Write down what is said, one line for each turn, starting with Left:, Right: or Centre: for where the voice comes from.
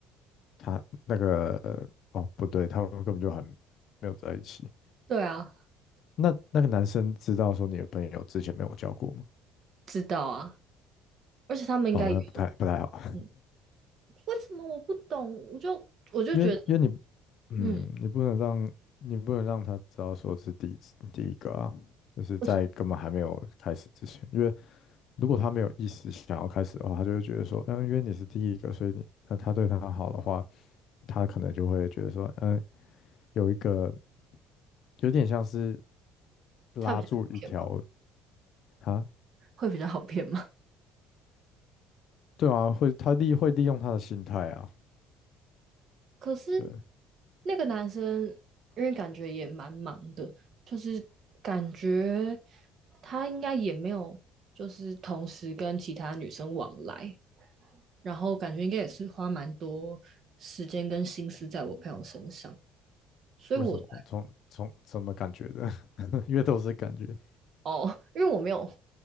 Left: 他那个哦，不对，他们根本就很没有在一起。
Right: 对啊，
Left: 那那个男生知道说你的朋友之前没有交过吗？
Right: 知道啊，而且他们应该有，
Left: 哦，那不太不太好，
Right: 嗯。为什么我不懂？我就我就觉得，
Left: <laughs> 因为因为你嗯，
Right: 嗯，
Left: 你不能让你不能让他知道说是第一次第一个啊，就是在根本还没有开始之前，
Right: 为什么？
Left: 因为如果他没有意识想要开始的话，他就会觉得说，嗯，因为你是第一个，所以你那他对他好的话。他可能就会觉得说，嗯，有一个有点像是拉住一条
Right: 他比较好骗吗？
Left: 啊，
Right: 会比较好骗吗？
Left: 对啊，会他利会利用他的心态啊，
Right: 可是
Left: 对，
Right: 那个男生，因为感觉也蛮忙的，就是感觉他应该也没有，就是同时跟其他女生往来，然后感觉应该也是花蛮多时间跟心思在我朋友身上，所以我才
Left: 为什么？从从什么感觉的？<laughs> 因为都是感觉，
Right: 哦，因为我没有